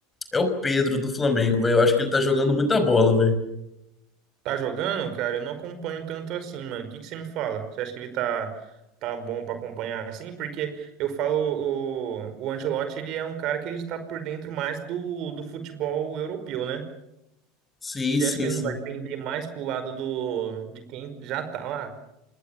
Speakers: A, on the left (about 20°); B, on the right (about 55°).
A: é o Pedro do Flamengo, velho. Eu acho que ele tá jogando muita bola, velho.
B: Tá jogando, cara? Eu não acompanho tanto assim, mano. O que que você me fala? Você acha que ele tá, tá bom pra acompanhar assim? Porque eu falo, o, o Ancelotti, ele é um cara que ele está por dentro mais do, do futebol europeu, né?
A: Sim,
B: Você
A: sim,
B: acha que ele
A: sim.
B: não vai pender mais pro lado do, de quem já tá lá?